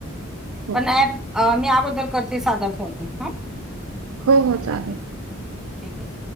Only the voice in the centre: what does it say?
पण ऍप मी याबद्दल करते साधा फोन ह
ठीक आहे.